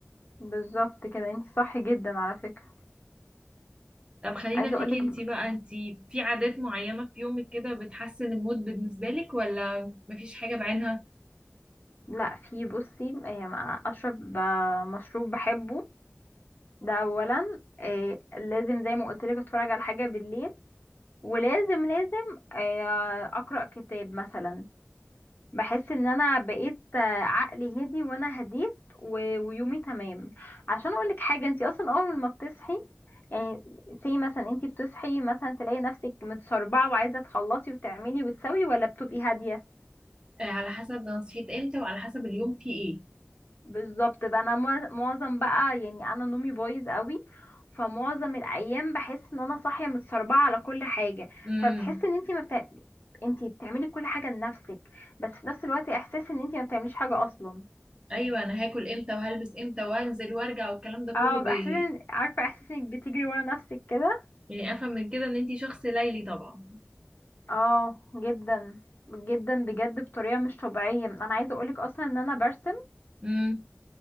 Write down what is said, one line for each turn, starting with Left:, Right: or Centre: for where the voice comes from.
Left: بالظبط كده انت صح جدا على فكرة
Right: طب خلينا
Left: عايزة
Right: فيك
Left: اقولك
Right: انتي
Left: ب-
Right: بقى انتي في عادات معينة في يومك كده بتحسن المود بالنسبة لك ولا مفيش حاجة بعينها؟
Left: لا في بصي آه، مع- اشرب آه، مشروب بحبه ده اولا آه، لازم زي ما قلت لك اتفرج على حاجة بالليل ولازم لازم آه، اقرأ كتاب مثلا بحس ان انا بقيت آه، عقلي هدي وانا هديت و- ويومي تمام عشان اقولك حاجه انت اصلا اول ما بتصحي يعني سي مثلا انت بتصحي مثلا تلاقي نفسك متسربعه وعايزه تخلصي وتعملي وتسوي ولا بتبقي هاديه
Right: آه، على حسب انا صحيت امتى وعلى حسب اليوم فيه ايه
Left: بالظبط بقى انا مع- معظم بقى يعني انا نومي بايظ قوي فمعظم الايام بحس ان انا صاحيه متسربعه على كل حاجه
Right: امم
Left: فبتحسي ان انت ما بتعملي انت بتعملي كل حاجه لنفسك بس في نفس الوقت احساس ان انت ما بتعمليش حاجه اصلا
Right: ايوه انا هاكل امتى وهلبس امتى وانزل وارجع والكلام ده كله
Left: اه باحساس
Right: بي...
Left: إن- عارفه احساس انك بتجري ورا نفسك كده
Right: يعني افهم من كده ان انتي شخص ليلي طبعا
Left: اه جدا جدا بجد بطريقه مش طبيعيه انا عايزه اقولك اصلا ان انا برسم
Right: امم